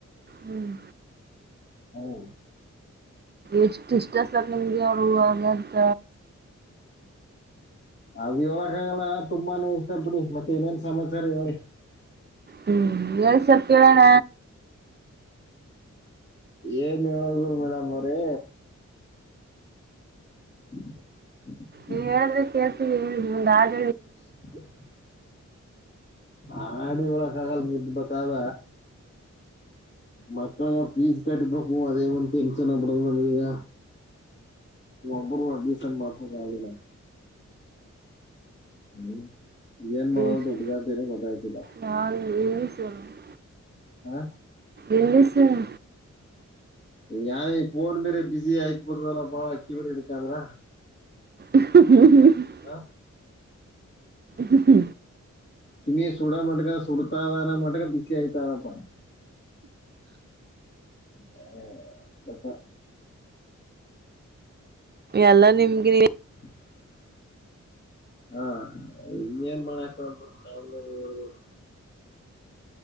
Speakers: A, on the right; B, on the left.
A: ಹ್ಮ್
B: ಹ್ಮ
A: ಎಷ್ಟು ಇಷ್ಟ ಸರ್ ನಿಮ್ಗೆ ಅವರು ವಾಗಂತ.
B: ಹಂಗ್ ಹೇಳಕ್ಕಾಗಲ್ಲ ತುಂಬಾನೆ ಇಷ್ಟ ಬಿಡಿ ಮತ್ತೆ ಇನೇನ್ ಸಮಾಚಾರ ಹೇಳಿ.
A: ಹ್ಮ್ ಹೇಳ್ ಸರ್ ಕೇಳಣ.
B: ಏನ್ ಹೇಳೋದು ಮೇಡಮ್ ಅವ್ರೆ. ಹ
A: ನೀವ್ ಹೇಳ್ದೆ ಕೇಳ್ತೀವಿ ಹೇಳಿ <unintelligible>
B: ಹ ಆಡಿ ಯೋಳಕ್ಕ ಆಗಲ್ <unintelligible> ಬತಾವ. ಮಕ್ಳಗ ಫೀಸ್ ಕಟ್ಬೇಕು ಅದೇ ಒಂದ್ ಟೆನ್ಷನ್ ಆಗ್ಬುಟ್ಟದೆ ನಮ್ಗೀಗ. ಒಬ್ಬರ್ಗೂ ಅಡ್ಮಿಷನ್ ಮಾಡ್ಸಕ್ ಆಗ್ಲಿಲ್ಲ. ಹ್ಮ್ ಇನ್ನೇನ್ ಮಾಡೋದು
A: ಎಷ್ಟು
B: ದುಡ್ಗಾತನ ಗೊತ್ತಾಯ್ತಿಲ್ಲ.
A: <unintelligible>
B: ಹಾ
A: ಎಲ್ಲಿ ಸರ್?
B: ನ್ಯ ಏ ಈ ಫೋನ್ ಮೇರೆ ಬಿಸಿ ಆಯ್ತ್ ಬತದಲ್ಲ <unintelligible> ಅಂದ್ರ.
A: ಹ್ಮ
B: ಹಾ
A: ಹ್ಮ್ಮ
B: ಕಿಮಿಗೆ ಸುಡ ಮಟ್ಕ ಸುಡ್ತಾರಾನ ಮಟ್ಕ ಬಿಸಿ ಆಯತಾರಪ್ಪ. ಹ ಅತ್ತ
A: ಎಲ್ಲ ನಿಮ್ಗೆ
B: <inaudible> ಹಾ ಇನ್ನೇನ್ ಮಾಡಾಕು <unintelligible>